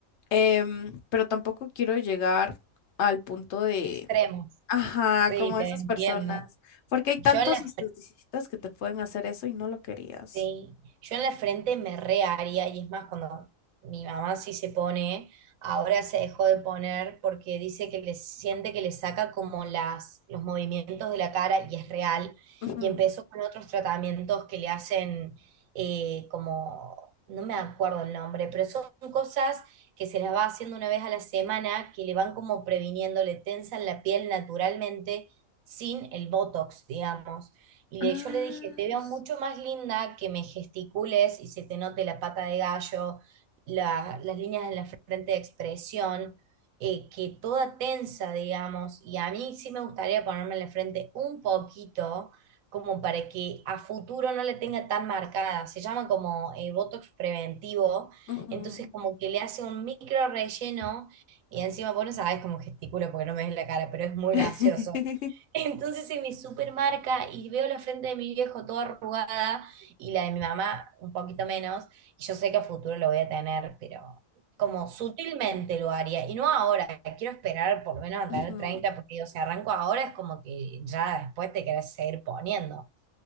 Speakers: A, on the left (about 60°); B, on the right (about 85°).
A: Em, pero tampoco quiero llegar al punto de
B: Extremos.
A: Ajá,
B: Sí,
A: como
B: te
A: esas
B: entiendo.
A: personas. Porque hay
B: Yo
A: tantos
B: en la,
A: esteticistas que te pueden hacer eso y no lo querías.
B: Sí, yo en la frente me re haría y es más cuando mi mamá sí se pone, ahora se dejó de poner porque dice que le siente que le saca como las, los movimientos de la cara y es real
A: Ujú,
B: y empezó con otros tratamientos que le hacen eh, como, no me acuerdo el nombre, pero son cosas que se las va haciendo una vez a la semana que le van como previniendo, le tensan la piel naturalmente sin el Botox, digamos. Y
A: Ah,
B: le, yo le dije, te veo
A: s-
B: mucho más linda que me gesticules y se te note la pata de gallo, la- las líneas en la frente de expresión, eh, que toda tensa, digamos. Y a mí sí me gustaría ponerme en la frente un poquito, como para que a futuro no le tenga tan marcada. Se llama como eh, botox preventivo.
A: ujú.
B: Entonces como que le hace un micro relleno y encima, vos no sabés cómo gesticulo porque no me ves la cara, pero es muy
A: <laughs>
B: gracioso. Entonces se me supermarca y veo la frente de mi viejo toda arrugada y la de mi mamá un poquito menos. Y yo sé que a futuro lo voy a tener, pero como sutilmente lo haría. Y no ahora, quiero esperar por lo menos a
A: Ujú.
B: tener 30 porque digo, si arranco ahora es como que ya después te querés seguir poniendo.